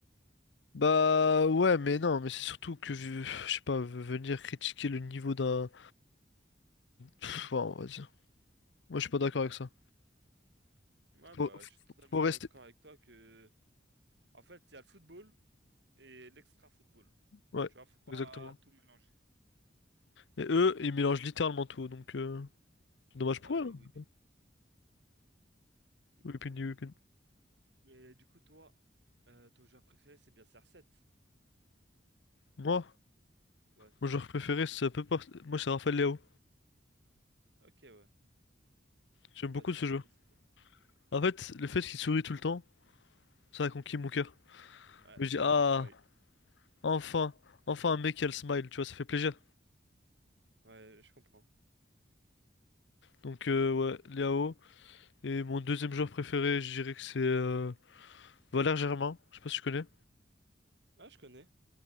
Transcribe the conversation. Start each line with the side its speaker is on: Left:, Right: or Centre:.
Left: Bah ouais, mais non, mais c'est surtout que vu- je sais pas, v- venir critiquer le niveau d'un, Pff, ouais, on va dire. Moi, je suis pas d'accord avec ça.
Right: Ouais
Left: Faut,
Right: bah
Left: faut
Right: je suis totalement
Left: faut rester.
Right: d'accord avec toi que... En fait, il y a le football et l'extra-football.
Left: Ouais,
Right: Tu vois, faut pas
Left: exactement.
Right: tout mélanger.
Left: Et eux, ils mélangent littéralement tout, donc euh, c'est dommage pour
Right: Ah
Left: eux.
Right: et Whipping.
Left: hein.
Right: Et Whipping.
Left: Whipping the Whipping.
Right: Mais du coup, toi, euh, ton joueur préféré, c'est bien CR7.
Left: Moi,
Right: Ouais.
Left: mon joueur préféré, ça peut pas. Moi, c'est Rafael Leao.
Right: Ok, ouais.
Left: J'aime
Right: Ouais bah
Left: beaucoup
Right: c'est
Left: ce joueur.
Right: c'est bien.
Left: En fait, le fait qu'il sourit tout le temps, ça a conquis mon cœur.
Right: Ouais,
Left: Je me
Right: ça
Left: dis, ah,
Right: donne le smile.
Left: enfin, enfin un mec qui a le smile, tu vois, ça fait plaisir.
Right: Ouais, je comprends.
Left: Donc, euh, ouais, Leao. Et mon deuxième joueur préféré, je dirais que c'est euh, Valère Germain. Je sais pas si tu connais.
Right: Ah, je connais.